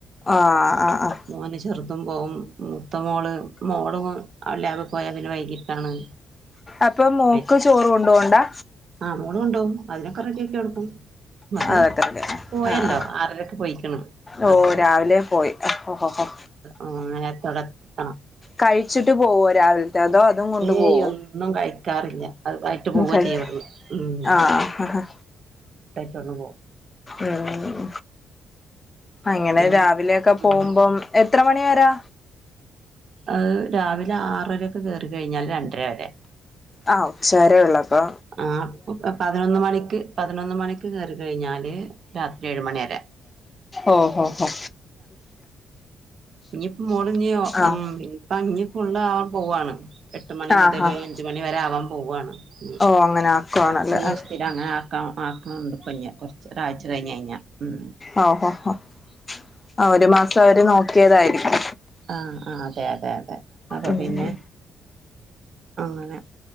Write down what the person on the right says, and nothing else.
മോന് ചെറ്തും പോവും മൂത്തമോള് മോളും അവള്ലാബ് പോയ പിന്നെ വൈകിട്ടാണ്.
വര
ആ മോള് കൊണ്ടോവും അതിനൊക്കെ റെഡിയാക്കി എടുക്കും. മ് അത്
പോയല്ലോ
ആറരക്ക് പോയിക്ക്ണ്.
അപ്പ
ആഹ് നേരത്തവിടെത്തണം
ഏയ് ഒന്നും കഴിക്കാറില്ല അത് ആയ്റ്റ്‌ പോവ
ചെയ്യവിടന്ന്. ഉം
കയ്ച്ച് ഇവട്ന്ന് പോവും
പിന്നെ ഉം
അത്‌രാവിലെ ആറരക്ക് കേറി കൈഞ്ഞാൽ രണ്ട്ര രവരെ
ആ അപ്പ പതിനൊന്ന് മണിക്ക് പതിനൊന്ന് മണിക്ക് കേറി കഴിഞ്ഞാല് രാത്രി ഏഴ് മണി വരെ
ഇഞ്പ്പോ മോള് ഇഞ്
ഉം ഇഞ്പ്പ ഇഞ് ഫുള്ളാവാൻ പോവാണ് എട്ട് മണി
മുതല്
അഞ്ച് മണി വരെ ആവാൻ പോവാണ്. ഇഞ്,
ഇഞ്
സ്ഥിരം അങ്ങനെ ആക്കാ ആക്ക്ണ് ഇണ്ട്പ്പൊ കൊ ച്ച് ഒരാഴ്ച്ച കഴിഞ് കഴിഞ്ഞ ഉം
ആ ആ അതെ അതെ അതെ അപ്പൊ
പിന്നെ
അങ്ങനെ